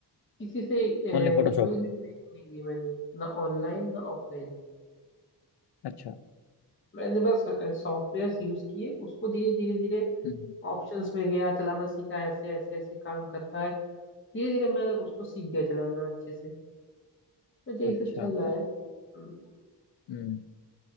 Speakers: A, on the left; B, on the left.
A: किसी से अ,
B: Only Photoshop
A: कोई भी ट्रेनिंग नहीं ली मैंने ना ऑनलाइन ना ऑफलाइन
B: अच्छा
A: मैंने बस सॉफ्टवेयर यूज किए उसको धीरे धीरे धीरे
B: हम्म
A: ऑप्शंस में गया चलाना सीखा ऐसे ऐसे ऐसे काम करता है धीरे धीरे मैं उसको सीख गया चलाना अच्छे से तो यही
B: अच्छा
A: सब चल रहा है हम्म,
B: हम्म